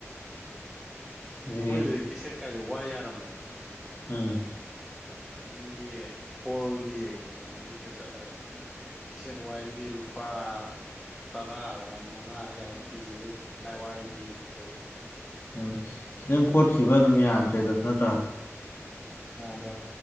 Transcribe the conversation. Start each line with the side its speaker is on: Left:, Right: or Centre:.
Left: ꯑꯗꯨꯒꯤ
Centre: ꯑꯩꯈꯣꯏꯗꯗꯤ ꯀꯦꯁꯦꯠꯀꯥꯁꯦ ꯋꯥ ꯌꯥꯔꯝꯃꯦꯕ
Left: ꯎꯝ
Centre: ꯃꯤꯒꯤ ꯍꯣꯜꯒꯤ ꯀꯩꯅꯣꯗꯒꯤꯒ ꯆꯠꯂꯒ ꯀꯦꯁꯦꯠ ꯋꯥꯏꯕꯒꯤ ꯂꯨꯄꯥ ꯇꯔꯥꯔ ꯃꯉꯥꯔ ꯀꯌꯥꯣꯝ ꯄꯤꯌꯦ ꯑꯗꯨ ꯋꯥꯔꯤ ꯌꯦꯡꯉꯦꯣꯏ
Left: ꯎꯝ ꯈꯤꯇꯪ ꯈꯣꯠꯈꯤꯕ ꯑꯗꯨꯝ ꯌꯥꯗ꯭ꯔꯦꯗꯁꯨ ꯅꯠꯇ꯭ꯔꯥ
Centre: ꯌꯥꯗꯝ